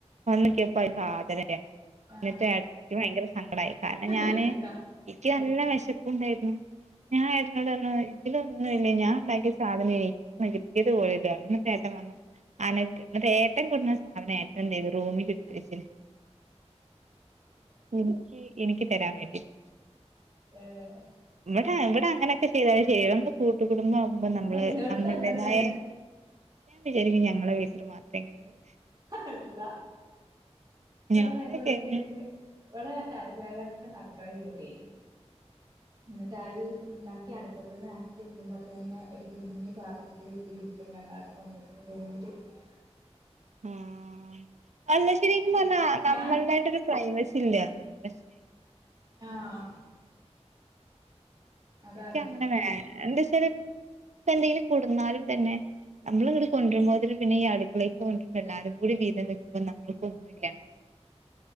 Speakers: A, on the right (about 85°); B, on the right (about 35°).
A: വന്ന <unintelligible> സാധനല്ല
B: ആഹ്
A: എന്ന്ട്ട് ഏട്ടന് ഭയങ്കര സങ്കടായി കാരണം ഞാന്
B: എന്നിട്ടാ
A: ഇക്ക് നല്ല വിശപ്പ് ഉണ്ടായിരുന്നു ഞാൻ ഏട്ടനോട് ഇതിലൊന്നും ഇല്ല ഞാൻ ഉണ്ടാക്കിയ സാധനനെയ് <unintelligible> യത് പോയല്ലെ ചേട്ടൻ വന്നു അന എന്ന്ട്ട് ഏട്ടൻ കൊടുന്ന സാധനം ഏട്ടൻ എന്ത് ചെയ്തു റൂമിലിടുത്തെച്ചീന്നു എനിക്ക് എനിക്ക് തരാൻ വേണ്ടിട്ട്
B: ഏഹ്
A: ഇവിടെ ഇവിടെ അങ്ങനൊക്കെ ചെയ്താലെ ശരിയാവു കൂട്ട് കുടുംബം ആകുമ്പോ നമ്മള്
B: എല്ലോടത്തും
A: നമ്മളടേതായ
B: അങ്ങനെ തന്നെ
A: ഞാൻ വിചാരിക്കും ഞങ്ങളെ വീട്ടി മാത്രേ അങ്ങനെ ഉള്ളൂ
B: അല്ല ഇവിടെ
A: ഞാനൊക്കെ
B: ഞങ്ങൾ
A: എന്ന്
B: എന്ത് ഇവിടെ <unintelligible> അടുക്കള കീറി എന്ന്ട്ട് അത്
A: ആഹ്
B: ഉണ്ടാക്കി അടുപ്പത്ത് നിന്ന് ഇറക്കി വെക്കുമ്പോൾ തന്നെ ഒരു കുഞ്ഞി പാത്രത്തിലിൽ ഇത്തിരി ഇടുത്തുകാണ്ട് അവിടെ കൊണ്ട് പോയി വെക്കും <unintelligible>
A: ആഹ് അല്ല ശരിക്കും
B: ഉം
A: പറഞ്ഞ നമ്മളായിട്ടൊരു
B: ഞാൻ
A: പ്രൈവസി ഇല്ല അതാണ് പ്രശ്നം
B: ആഹ് അതാണ്
A: എക്ക് അങ്ങനെ വരാനില്ല എന്താച്ചല് ഇപ്പ എന്തെങ്കിലും കൊടന്നാലും തന്നെ നമ്മളിങ്ങ്ട് കൊണ്ട്രുമ്പോത്തിന് പിന്നെ ഈ അടുക്കളിയിക്ക് കൊണ്ടരുമ്പോ എല്ലാരും കൂടി വീതം വെക്കുമ്പോ നമ്മക്ക് ഒന്നൂല്ല